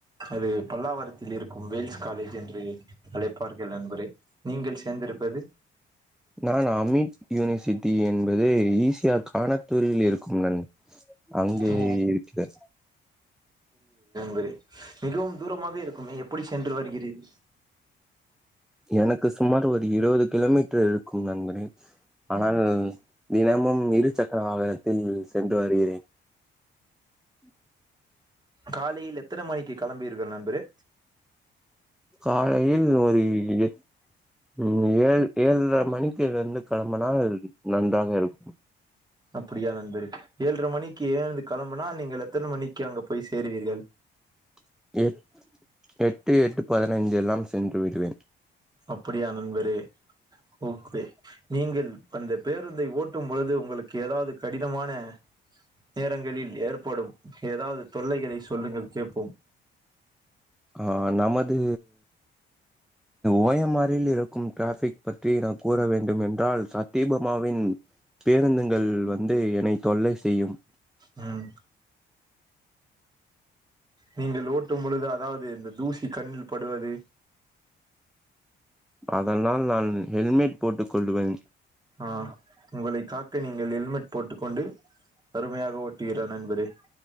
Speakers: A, on the right; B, in the centre.
A: அது பல்லாவரத்தில் இருக்கும் வேல்ஸ் காலேஜ் என்று அழைப்பு பார்கள் நண்பரே நீங்கள் சேர்ந்திருப்பது
B: நான் அமித் யூனிவர்சிட்டி என்பது ஈசியா கானத்தூரில் இருக்கும் நண் அங்கே
A: ஓ
B: இருக்கிறது
A: பரே மிகவும் தூரமாக இருக்குமே எப்படி சென்று வருகீறீர்
B: எனக்கு சுமார் ஒரு இருவது கிலோமீட்டர் இருக்கும் நண்பரே ஆனால் தினமும் இரு சக்கர வாகனத்தில் சென்று வருகிறேன் உம்
A: காலையில் எத்தன மணிக்கு கிளம்பீர்கள் நண்பரே
B: காலையில் ஒரு இட் ம் ஏழ் ஏழட்ர மணிக்கு இருந்து கெளம்புனால் நன்றாக இருக்கு
A: அப்படியா நண்பரே ஏழ்ட்ர மணிக்கு ஏழ்ந்து கெளம்புனால் நீங்கள் எத்தன மணிக்கு அங்க போய் சேருவீர்கள்
B: அ எட் எட்டு எட்டு பதினைந்து எல்லாம் சென்று விடுவேன்
A: அப்படியா நண்பரே ஓகே நீங்கள் அந்த பேருந்தை ஓட்டும் பொழுது உங்களுக்கு ஏதாவது கடினமான நேரங்களில் ஏற்படும் ஏதாவது தொல்லைகளை சொல்லுங்கள் கேப்போம்
B: ஆ நமது ஓயம்மாரில் இருக்கும் டிராஃபிக் பற்றி நாம் கூற வேண்டும் என்றால் சத்தியபமாவின் பேருந்துகள் வந்து என்னை தொல்லை செய்யும்
A: ம் நீங்கள் ஓட்டும் பொழுது அதாவது இந்த தூசி கண்ணில் படுவது
B: அதனால் நான் ஹெல்மெட் போட்டுக் கொள்ளுவேன்
A: ஆ உங்களை காக்க நீங்கள் ஹெல்மெட் போட்டுக்கொண்டு அருமையாக ஓட்டுவீரா நண்பரே